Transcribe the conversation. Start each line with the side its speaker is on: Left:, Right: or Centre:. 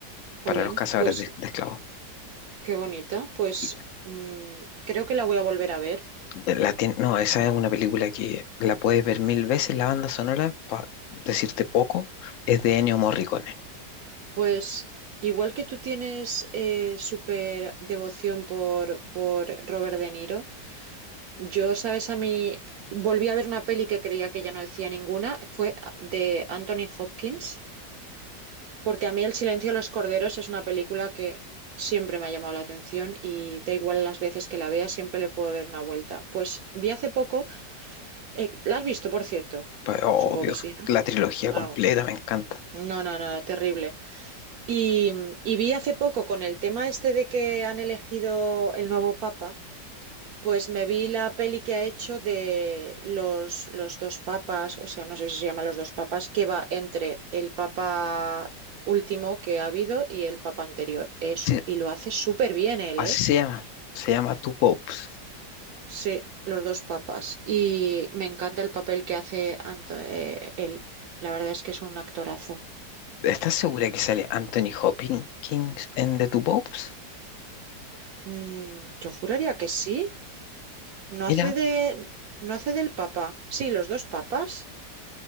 Right: Jolín,
Left: para los cazadores
Right: pues
Left: de, de esclavos.
Right: qué bonita. Pues
Left: Y
Right: mm, creo que la voy a volver a ver.
Left: la tien- no, esa es una película que la puedes ver mil veces, la banda sonora, para decirte poco, es de Ennio Morricone.
Right: Pues igual que tú tienes eh, súper devoción por, por Robert De Niro. Yo, sabes, a mí volví a ver una peli que creía que ya no decía ninguna, fue de Anthony Hopkins, porque a mí El silencio de los corderos es una película que siempre me ha llamado la atención y da igual las veces que la vea, siempre le puedo dar una vuelta. Pues vi hace poco, eh, ¿la has visto, por cierto?
Left: Pa- Oh,
Right: Supongo que sí, ¿no?
Left: la trilogía
Right: Ah,
Left: completa me encanta.
Right: no, no, no, terrible. Y, y vi hace poco con el tema este de que han elegido el nuevo papa. Pues me vi la peli que ha hecho de los, los dos papas, o sea, no sé si se llama los dos papas, que va entre el papa último que ha habido y el papa anterior. Eh, su-
Left: Así,
Right: y lo hace súper bien él,
Left: así
Right: ¿eh?
Left: se llama, se llama Two Popes.
Right: Sí, los dos papas. Y me encanta el papel que hace Anto- eh, él. La verdad es que es un actorazo.
Left: ¿Estás segura que sale Anthony Hopkins en The Two Popes?
Right: Mm, yo juraría que sí. No
Left: Mira,
Right: hace de, no hace del papa. Sí, los dos papas.